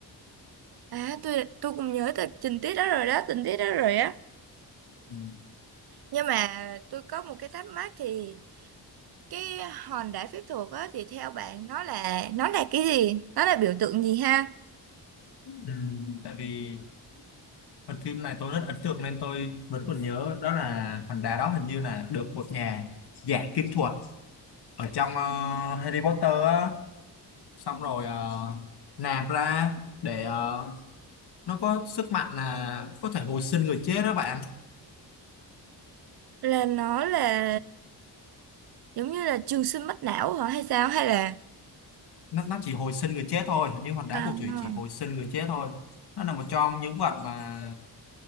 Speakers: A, on the right; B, on the left.
A: À tôi tôi cũng nhớ tình tình tiết đó rồi đó, tình tiết đó rồi á.
B: Ừ.
A: Nhưng mà tôi có một cái thắc mắc thì cái hòn đá phép thuật á thì theo bạn nó là nó là cái gì nó là biểu tượng gì ha
B: Ừ, tại vì phần phim này tôi rất ấn tượng nên tôi vẫn còn nhớ đó là hòn đá đó hình như là được một nhà giả kim thuật ở trong ờ, Harry Potter á xong rồi ờ, nạp ra để ờ, nó có sức mạnh là có thể hồi sinh người chết đó bạn
A: là nó là giống như là trường sinh bất lão hả hay sao hay là
B: nó nó chỉ hồi sinh người chết thôi nhưng như hòn đá
A: à,
B: phù thủy
A: à.
B: chỉ hồi sinh người chết thôi nó là một trong những vật mà